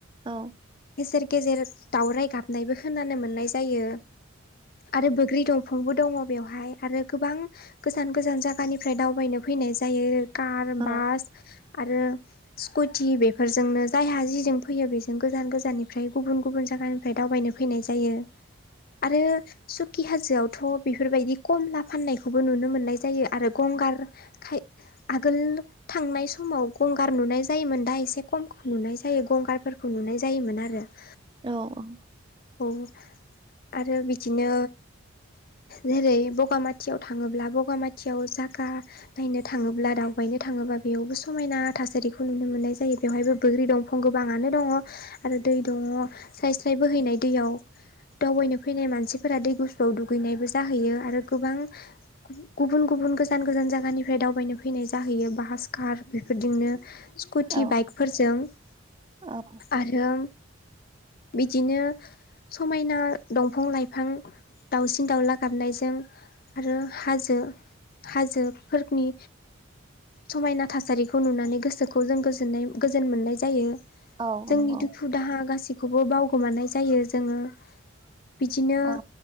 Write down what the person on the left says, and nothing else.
गेजेर गेजेर दावराइ गाबनायबो खोनानो मोननाय जायो आरो बोग्रि दंफांबो दङ बेवहाय आरो गोबां गोजान गोजान जायगानिफ्राय दावबायनो फैनाय जायो कार,
बास आरो स्कुटि बेफोरजोंनो जायहा जिजों फैयो बेजों गोजान गोजाननिफ्राय गुबुन गुबुन जागा फ्राय दावबायनो फैनाय जायो आरो सुखि हाजोआवथ' बेफोरबायदि खमला फाननायखौबो नुनो मोननाय जायो आरो गंगार खाय आगोल थांनाय समाव गंगार नुनाय जायोमोन दा एसे खमखौ नुनाय जायो गंगारफोरखौ नुनाय जायोमोन आरो <inaudible>
औ आरो बिदिनो जेरै बगामाथियाव थाङोब्ला ब बगामाथियाव जागा नायनो थाङोब्ला दावबायनो थाङोब्ला बेयावबो समायना थासारिखौ नुनो मोननाय जायो बेवहायबो बोग्रि दं फं गोबाङानो दङ आरो दै दङ स्राय स्राय बोहैनाय दैयाव दावबायनो फैनाय मानसिफोरा दै गुसुआव दुगैनायबो जाहैयो आरो गोबां गुबुन गुबुन गोज गोजान गोजान जायगानिफ्राय दावबायनो फैनाय जाहैयो बाहास, कार बेफोरजोंनो स्कुटि
बाइकफोरजों
आरो बिदिनो समायना दंफां लाइफां दाउसिन दाउला गाबनायजों आरो हाजो हाजोफोरनि समायना थासारिखौ नुनानै गोसोखौ जों गोजोननाय गोजोन मोननाय जायो
जोंनि
दुखु दाहा गासैखौबो बावगोमानाय जायो जोङो बिदिनो